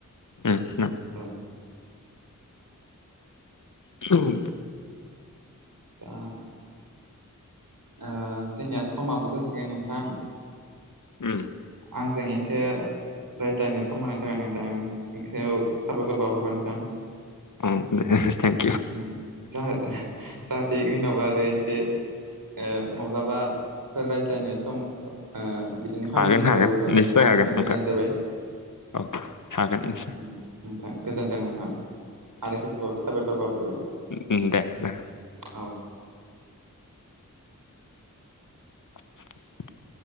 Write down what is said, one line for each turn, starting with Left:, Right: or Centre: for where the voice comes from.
Left: ओम‌ नो
Right: औ।
Left: <unintelligible>
Right: दा ओ जोंनिया समाबो जासिगोन नोंथां।
Left: ओम।
Right: आंजों एसे रायज्लायनो सम होनायनि थाखाय नोंथांखौ साबायखर बावहरबाय नोंथां।
Left: ओं आरैहाय फारसेथिं
Right: ओम जाहा जाहाथे उनावबा आरो एसे ओ माब्लाबाफोर रायज्लायनो सम ओ बिदिनो खाबु
Left: हागोन
Right: मोनब्लाबोबा
Left: हागोन निस्सय
Right: आजों
Left: हागोन
Right: रायलायब्लानो
Left: नोंथां
Right: जाबाय।
Left: औ हागोन एसे
Right: उम नोंथां गोजोन्थों नोंथां आरो खेसेबाव साबायखर बाव हरबाय।
Left: उम उम दे ओ।
Right: औ।
Left: <inaudible>